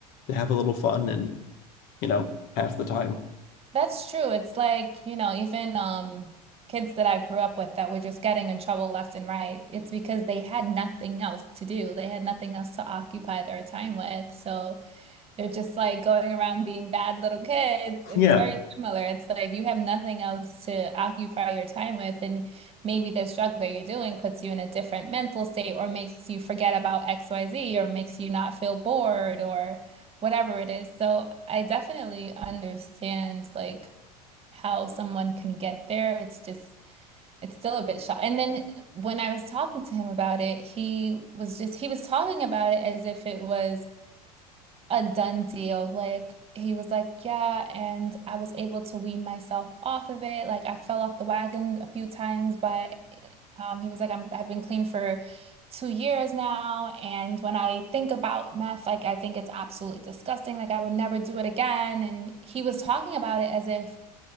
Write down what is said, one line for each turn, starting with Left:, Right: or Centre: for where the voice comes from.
Left: to have a little fun and you know half the time
Right: that's true. It's like, you know, even um kids that I grew up with that were just getting in trouble left and right, it's because they had nothing else to do. They had nothing else to occupy their time with. So They're just like going around being bad little kids. It's
Left: yeah
Right: very similar. It's like you have nothing else to occupy your time with, and maybe this drug that you're doing puts you in a different mental state or makes you forget about XYZ or makes you not feel bored or whatever it is. So I definitely understand like how someone can get there. It's just It's still a bit shot. And then when I was talking to him about it, he was just, he was talking about it as if it was a done deal. Like he was like, yeah, and I was able to wean myself off of it. Like I fell off the wagon a few times, but um, he was like, I'm I've been clean for two years now, and when I think about meth, like I think it's absolutely disgusting. Like I would never do it again. And he was talking about it as if